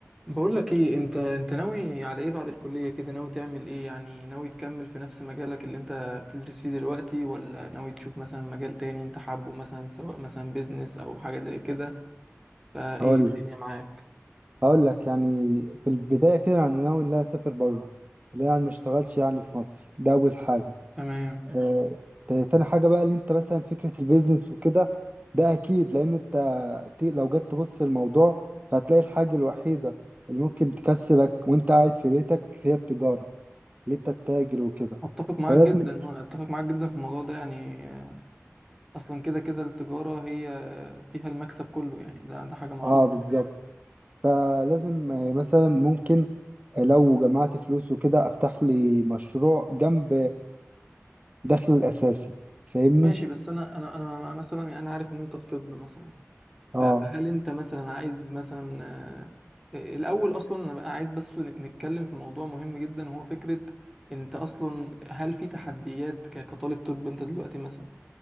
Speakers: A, in the centre; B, on the right (about 30°).
A: بقول لك ايه انت انت ناوي على ايه بعد الكلية كده ناوي تعمل ايه يعني ناوي تكمل في نفس مجالك اللي انت بتدرس فيه دلوقتي ولا ناوي تشوف مثلا مجال تاني انت حابه مثلا سواء مثلا بيزنس او حاجة زي كده فايه
B: هقول
A: الدنيا
B: لك
A: معاك
B: هقول لك يعني في البداية كده أنا ناوي إن أنا أسافر بره اللي أنا ما اشتغلش يعني في مصر ده أول حاجة
A: تمام
B: آه تا- تاني حاجة بقى اللي أنت مثلا فكرة البيزنس وكده ده أكيد لأن أنت ت- لو جيت تبص للموضوع فهتلاقي الحاجة الوحيدة اللي ممكن تكسبك وأنت قاعد في بيتك هي التجارة اللي أنت تتاجر وكده
A: اتفق معاك
B: فلازم
A: جدا اه اتفق معاك جدا في الموضوع ده يعني آه، اصلا كده كده التجارة هي فيها المكسب كله يعني ده ده حاجة معروفة
B: آه بالظبط فلازم آه، مثلا ممكن لو جمعت فلوس وكده افتح لي مشروع جنب الدخل الاساسي فاهمني
A: ماشي بس انا انا انا مثلا يعني انا عارف ان انت في طب مثلا
B: اه
A: ف- فهل انت مثلا عايز مثلا آه، آه، الاول اصلا انا بقى عايز بس ن- نتكلم في موضوع مهم جدا وهو فكرة انت اصلا هل في تحديات ك- كطالب طب انت دلوقتي مثلا